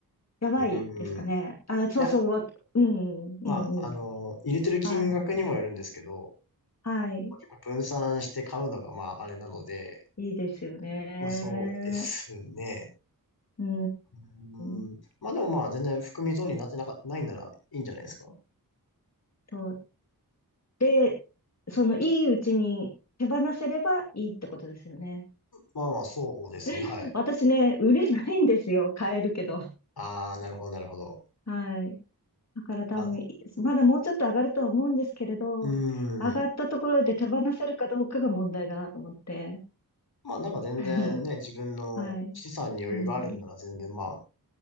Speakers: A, on the left (about 45°); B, on the left (about 80°).
A: やばいですかね。
B: うーん。い
A: あ、そうそう、
B: や、
A: わうん、うん、
B: まあ、あの、
A: うん。
B: 入れてる金額にもよるんですけど、
A: はい。はい。
B: 結構分散して買うのが、まあ、あれなので、
A: いいですよね。
B: まあ、そうですね。
A: うー
B: うーん。
A: ん。
B: まあ、でもまあ、全然含み損になってなか、ないならいいんじゃないですか。
A: と、で、その、いいうちに手放せればいいってことですよね。
B: まあまあ、そうですね。
A: <laughs>
B: はい。
A: 私ね、売れないんですよ。買えるけど。
B: ああ、なるほど、なるほど。
A: はい。だから多分、
B: まあ、
A: いまだもうちょっと上がるとは思うんですけれど、
B: う
A: 上がったところで手放せるかどうかが問題だなと思って。
B: ーん。まあ、なんか全然ね、
A: <laughs>
B: 自分の資産に余裕があるんなら全然、
A: はい。うん。
B: まあ、